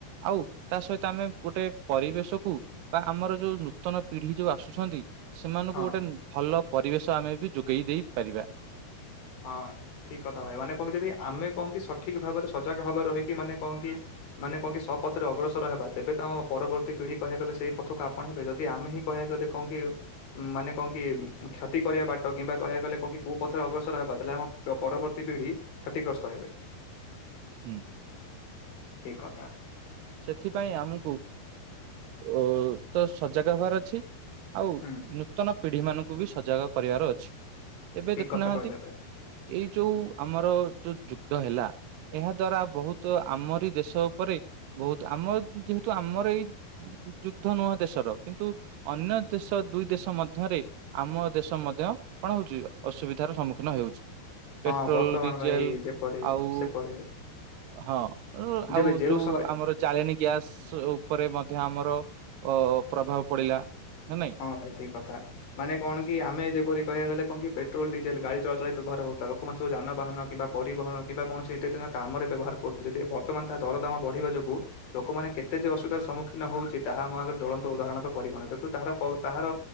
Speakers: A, on the right; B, on the left.
A: ଆଉ ତା ସହିତ ଆମେ ଗୋଟେ ପରିବେଶକୁ ବା ଆମର ଯୋଉ ନୂତନ ପିଢି ଯୋଉ ଆସୁଛନ୍ତି ସେମାନଙ୍କୁ
B: ହଁ।
A: ଗୋଟେ ଉଁ ଭଲ ପରିବେଶ ଆମେ ବି ଯୋଗେଇ ଦେଇପାରିବା।
B: ହଁ ଠିକକଥା ଭାଇ ମାନେ କହିବୁ ଯଦି ଆମେ କଣ କି ସଠିକ ଭାବରେ ସଜାଗ ଭାବରେ ରହିକି ମାନେ କଣ କି ମାନେ କହଣ କି ସ ପଥରେ ଅଗ୍ରସର ହେବା ତେବେ ତ ଆମ ପରବର୍ତ୍ତୀ ପଢି କହିବାକୁ ଗଲେ ସେଇ ପଥକୁ ଆପଣେଇବେ ଯଦି ଆମେ ହିଁ କହିବାକୁ ଗଲେ। କଣ କି ମାନେ କଣ କି କ୍ଷତି କରିବା ବାଟ କିମ୍ବା କହିବାକୁ ଗଲେ କଣ କି କୋଉ ପଥରେ ଅଗ୍ରସର ହେ ବଦଲେ ଆମ ପ-ପରବର୍ତ୍ତୀ ପିଢି କ୍ଷତିଗ୍ରସ୍ତ ହେବେ।
A: ହୁଁ।
B: ଠିକ୍ କଥା।
A: ସେଥିପାଇଁ ଆମକୁ ଓ ତ ସଜାଗ ହବାର ଅଛି। ଆଉ
B: ହୁଁ।
A: ନୂତନ ପିଢ଼ି ମାନଙ୍କୁ ବି ସଜାଗ କରିବାର ଅଛି। ଏବେ
B: ଠିକ
A: ଦେଖୁନାହାନ୍ତି
B: କଥା କହିଲେ ଭାଇ
A: ଏଇ ଯୋଉ ଆମର ଯୋଉ ଯୁଦ୍ଧ ହେଲା। ଏହା ଦ୍ଵାରା ବୋହୁତ ଆମରି ଦେଶ ଉପରେ ବୋହୁତ ଆମ ଯେହେତୁ ଆମର ଏଇ ଯୁଦ୍ଧ ନୁହଁ। ଦେଶର କିନ୍ତୁ ଅନ୍ୟ ଦେଶ ଦୁଇ ଦେଶ ମଧ୍ୟରେ ଆମ ଦେଶ ମଧ୍ୟ କଣ ହୋଉଚି ଅସୁବିଧାର ସମ୍ମୁଖୀନ ହେଉଚି।
B: ହଁ
A: ପେଟ୍ରୋଲ
B: ବର୍ତ୍ତମାନ
A: ଡିଜେଲ
B: ଭାଇ ଯେପରି
A: ଆଉ
B: ସେପରି
A: ହଁ <unintelligible>
B: ଯେବେ
A: ଆଉ
B: ଯେଉ
A: ଯୋଉ
B: ସ
A: ଆମର ଜାଳେଣି ଗ୍ୟାସ ଉପରେ ମଧ୍ୟ ଆମର ଅ ପ୍ରଭାବ ପଡିଲା ନା ନାଇଁ।
B: ହଁ ଭାଇ ଠିକ୍ କଥ କଥା। ମାନେ କଣକି ଆମେ ଯେପରି କହିବା ଗଲେ କଣକି ପେଟୋଲ ଡିଜେଲ ଗଡି ଚଳାଚଳ ବ୍ୟବହାର ହୋଉଥିଲା। ଲୋକମାନେ ସବୁ ଯାନବାହାନ କିମ୍ବା ପରିବହନ କିମ୍ବା କୌଣସି ଇତ୍ୟାଦିନ କାମରେ ବ୍ୟବହାର କରୁଥିଲେ। ଯଦି ବର୍ତ୍ତମାନ ତାହା ଦରଦାମ ବଢିବା ଯୋଗୁ ଲୋକମାନେ କେତଯେ ଅସୁବିଧାର ସମ୍ମୁଖୀନ ହୋଉଚଟ ତାହା ଆମ ଆଗରେ ଜ୍ୱଳନ୍ତ ଉାହରଣ ରୂପେ ପରିଗଣିତ <unintelligible> ତାହାର ପ ତାହାର